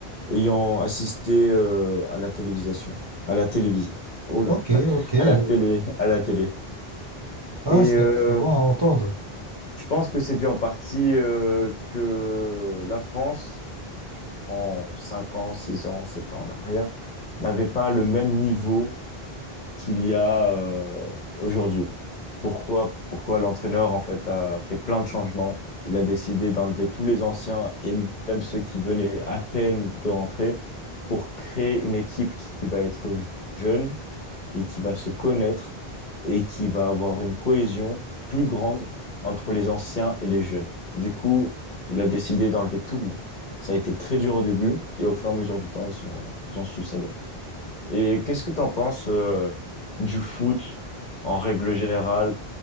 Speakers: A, on the left (about 50°); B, on the right (about 25°).
A: ayant assisté euh, à la télévision. À la télévision. Oh là,
B: Ok,
A: <laughs>
B: ok.
A: à la
B: oh.
A: télé, à la télé.
B: Ah,
A: Et
B: c'est
A: euh,
B: c'est bon à entendre.
A: je pense que c'est dû en partie euh, que la France, en 5 ans, 6 ans, 7 ans en arrière, n'avait pas le même niveau qu'il y a euh, aujourd'hui. Pourquoi, pourquoi l'entraîneur en fait a fait plein de changements. Il a décidé d'enlever tous les anciens et même ceux qui venaient à peine de rentrer pour créer une équipe qui va être jeune et qui va se connaître et qui va avoir une cohésion plus grande entre les anciens et les jeunes. Du coup, il a décidé d'enlever tout le monde. Ça a été très dur au début et au fur et à mesure du temps, ils sont, ils ont su s'adapter. Et qu'est-ce que tu en penses euh, du foot en règle générale,